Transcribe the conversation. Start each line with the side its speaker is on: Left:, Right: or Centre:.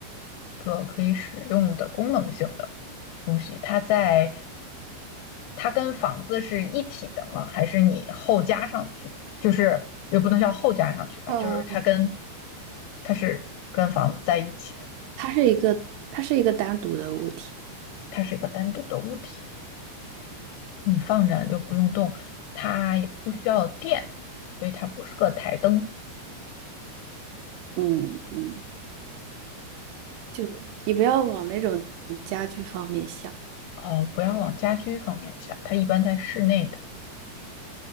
Left: 一个可以使用的功能性的东西。它在它跟房子是一体的吗？还是你后加上去的？就是又不能叫后加上去吧，
Right: 哦，
Left: 就是它跟它是跟房子在一起的，
Right: 它是一个它是一个单独的物体，
Left: 它是一个单独的物体，你放着又不用动，它也不需要电，所以它不是个台灯。
Right: 嗯嗯，就你不要往那种家居方面想，
Left: 哦，不要往家居方面想，它一般在室内的，